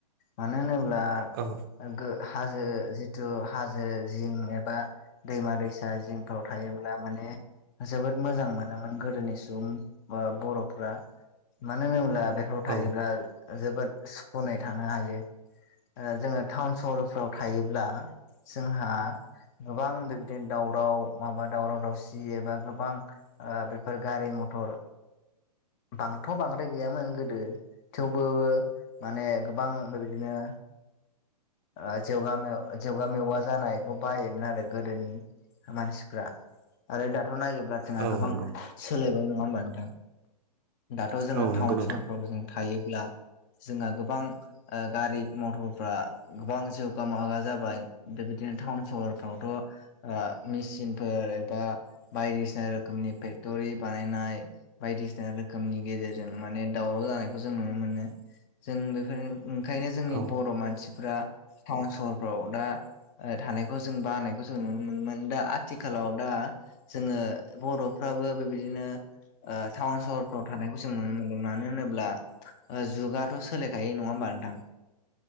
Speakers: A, on the left; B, on the right.
A: मानो होनोब्ला
B: औ
A: गो हाजो जिथु हाजो जिं एबा दैमा दैसा जिं फ्राव थायोब्ला माने जोबोद मोजां मोनोमोन गोदोनि सुबुं बा बर'फ्रा मानो होनोब्ला बे फ्राव थायोब्ला
B: औ
A: जोबोद सुखुुनै थानो हायो। ओ जोङो टाउन सहरफ्राव थायोब्ला जोंहा गोबां बिदिनो दावराव माबा दावराव दावसि एबा गोबां ओ बेफोर गारि मथर बांथ' बांद्राय गैयामोन गोदो थेवबो माने गोबां ओरैनो आ जेवगा मेव जेवगा मेवा जानायखौ बाहायोमोन आरो गोदोनि मानसिफ्रा आरो दाथ नायोब्ला जोंहा
B: औ
A: गोबां
B: नंगौ
A: सोलायबाय नङा होमबा नोंथां दाथ जोङो
B: औ नंगौ
A: टाउन
B: नोंथां
A: सहरफ्राव जों थायोब्ला जोंहा गोबां ओ गारि मथरफ्रा गोबां जौगा मागा जाबाय बेबायदिनो टाउन सहरफ्रावथ ओ मेसिनफोर एबा बायदिसिना रोखोमनि फेक्टरि बानायनाय बायदिसिना रोखोमनि गेजेरजों माने दावराव जानायखौ जों नुनो मोनो जों बेफोरजों ओंखायनो जोंनि
B: औ
A: बर' मानसिफ्रा टाउन सहरफ्राव दा थानायखौ जों बानायखौ जों नुनो मोनोमोन दा आथिखालाव दा जोङो बर'फ्राबो बेबायदिनो ओ टाउन सहरफ्राव थानायखौ जों नुनो मोनदों मानो होनोब्ला जुगाथ सोलायखायो नङा होमबा नोंथां